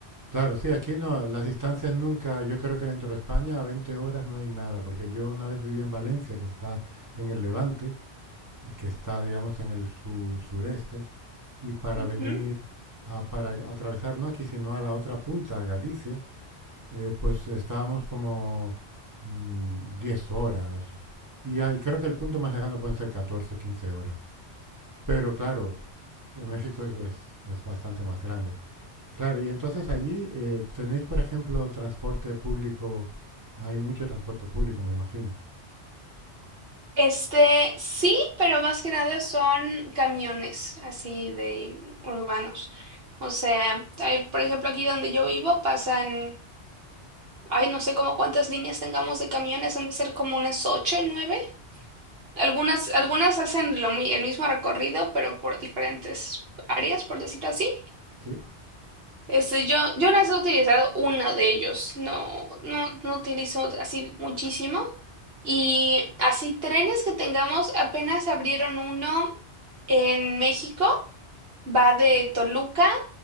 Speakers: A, on the right (about 20°); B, on the right (about 60°).
A: Claro, sí, aquí no, las distancias nunca, yo creo que dentro de España a 20 horas no hay nada, porque yo una vez viví en Valencia, que está en el Levante, eh, que está, digamos, en el su- sureste y para
B: Ujú.
A: venir a, para atravesar, no aquí, sino a la otra punta, Galicia, eh, pues estábamos como 10 mm, horas. Y hay, creo que el punto más lejano pueden ser 14 o 15 horas. Pero claro, México es, es, es, bastante más grande. Claro, y entonces allí eh, tenéis, por ejemplo, transporte público. Hay mucho transporte público, me imagino.
B: Este, sí, pero más que nada son camiones así de urbanos. O sea, hay, por ejemplo, aquí donde yo vivo pasan, ay, no sé cómo cuántas líneas tengamos de camiones, han de ser como unas ocho, nueve. Algunas, algunas hacen lo, mi- el mismo recorrido, pero por diferentes áreas, por decirlo así.
A: ¿Sí?
B: Este, yo, yo las he utilizado una de ellos, no, no, no utilizo así muchísimo. Y así trenes que tengamos, apenas abrieron uno en México, va de Toluca